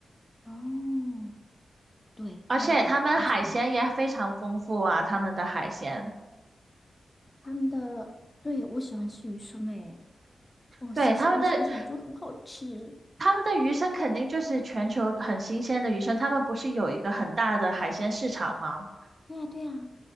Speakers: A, on the left; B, on the right.
A: 哦，对，
B: 而且他们海鲜也非常丰富啊，
A: 那个我想了
B: 他们的海鲜，
A: 他们的，对，我喜欢吃鱼生诶，哦，
B: 对，
A: 想你想想就很好吃。
B: 他们的他们的鱼生肯定就是全球很新鲜的鱼生，他们不是有一个很大的海鲜市场吗？
A: 对呀，对呀，